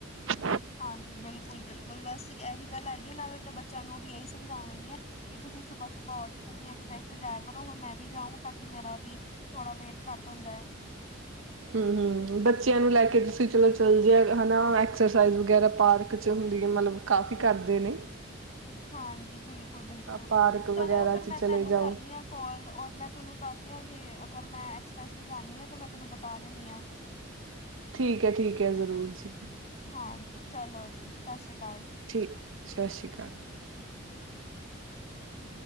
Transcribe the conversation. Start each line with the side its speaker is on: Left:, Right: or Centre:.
Right: ।
Left: ਹਾਂਜੀ ਬਿਲਕੁਲ ਬਿਲਕੁਲ ਬਸ ਇਹੀ ਗੱਲ ਹੈਗੀ ਮੈਂ ਵੀ ਆਪਣੇ ਬੱਚਿਆਂ ਨੂੰ ਵੀ ਇਹੀ ਸਮਝਾ ਲੈਂਦੀ ਹਾਂ ਕਿ ਤੁਸੀਂ ਸੁਬਹ ਸੁਬਹ ਉੱਠ ਕੇ ਆਪਣੀ ਐਕਸਾਈ ਤੇ ਜਾਇਆ ਕਰੋ । ਹੁਣ ਮੈਂ ਵੀ ਜਾਊਂ ਤਾਂ ਕਿ ਮੇਰਾ ਵੀ ਥੋੜਾ ਵੇਟ ਘੱਟ ਹੋ ਜਾਏ
Right: ਹਮ ਹਮ ਬੱਚਿਆਂ ਨੂੰ ਲੈ ਕੇ ਤੁਸੀਂ ਚਲੋ ਚੱਲ ਜੇ । ਹਨਾ ਐਕਸਰਸਾਈਜ਼ ਵਗੈਰਾ ਪਾਰਕ । ਚ ਹੁੰਦੀ ਹੈ। ਮਤਲਬ ਕਾਫੀ ਕਰਦੇ ਨੇ ।
Left: ਹਾਂਜੀ ਬਿਲਕੁਲ ਬਿਲਕੁਲ
Right: ਪਾਰਕ ਵਗੈਰਾ
Left: ਚਲੋ ਫਿਰ
Right: ਚ
Left: ਮੈਂ
Right: ਚਲੇ
Left: ਤੈਨੂੰ
Right: ਜਾਓ
Left: ਕਰਨੀ ਹਾਂ ਕੋਲ ਔਰ ਮੈਂ ਤੁਹਾਨੂੰ ਦੱਸਦੀ ਹਾਂ ਕਿ । ਅਗਰ ਮੈਂ ਐਕਸਪ੍ਰੈਸ ਤੋਂ ਜਾਂਦੀ ਹਾਂ ਤਾਂ ਮੈਂ ਤੈਨੂੰ ਬਤਾ ਦਿੰਦੀ ਹਾਂ ।
Right: ਠੀਕ ਹੈ ਠੀਕ ਹੈ। ਜ਼ਰੂਰ ਜੀ।
Left: ਹਾਂਜੀ ਚਲੋ ਜੀ। ਸਤਿ ਸ੍ਰੀ । ਕਾਲਜ ।
Right: ਠੀਕ ਸਤਿ ਸ਼੍ਰੀ ਅਕਾਲ।
Left: <inaudible>